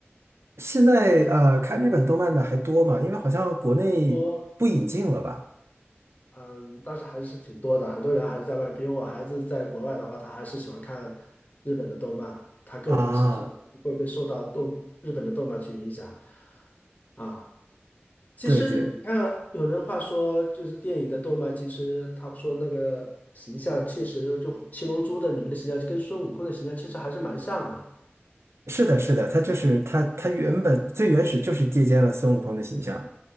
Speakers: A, on the right; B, on the left.
A: 现在呃，看日本动漫的还多嘛？因为好像国内不引进了吧？
B: 多嗯，但是还是挺多的，很多人还是在外，比如我孩子在国外的话，他还是喜欢看日本的动漫，他个人的形象会被受到动日本的动漫去影响
A: 啊，
B: 啊。其实你看，
A: 对对，
B: 有人话说，就是电影的动漫，其实他们说那个形象确实就《七龙珠》的你们的形象跟孙悟空的形象其实还是蛮像的。
A: 是的，是的，他就是他，他原本最原始就是借鉴了孙悟空的形象，